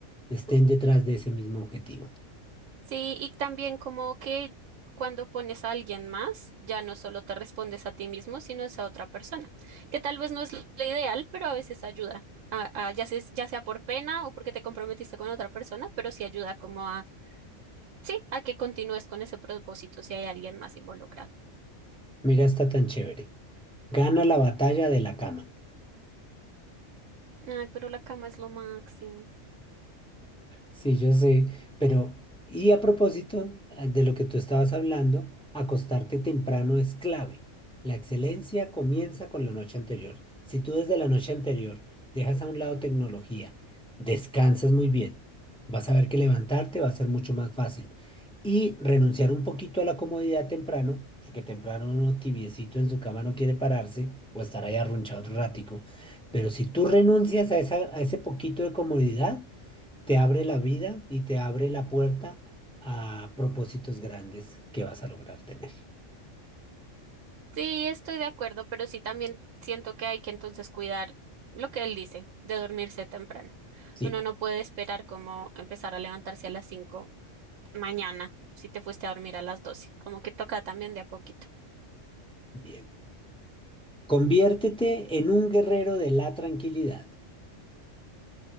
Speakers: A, in the centre; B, on the right.
A: estén detrás de ese mismo objetivo.
B: Sí, y también como que cuando pones a alguien más, ya no solo te respondes a ti mismo, sino es a otra persona, que tal vez no es lo ideal, pero a veces ayuda, a- a- ya sea, ya sea por pena o porque te comprometiste con otra persona, pero sí ayuda como a, sí, a que continúes con ese propósito si hay alguien más involucrado.
A: Mira, está tan chévere. Gana la batalla de la cama.
B: Ay, pero la cama es lo máximo.
A: Sí, yo sé, pero y a propósito ah, de lo que tú estabas hablando, acostarte temprano es clave. La excelencia comienza con la noche anterior. Si tú desde la noche anterior dejas a un lado tecnología, descansas muy bien, vas a ver que levantarte va a ser mucho más fácil. Y renunciar un poquito a la comodidad temprano, porque temprano uno tibiecito en su cama no quiere pararse o estar ahí arrunchado otro ratico. Pero si tú renuncias a esa, a ese poquito de comodidad, te abre la vida y te abre la puerta a propósitos grandes que vas a lograr tener.
B: Sí, estoy de acuerdo, pero sí también siento que hay que entonces cuidar lo que él dice, de dormirse temprano.
A: Sí,
B: Uno no puede esperar como empezar a levantarse a las 5 mañana si te fuiste a dormir a las 12. como que toca también de a poquito.
A: bien. Conviértete en un guerrero de la tranquilidad.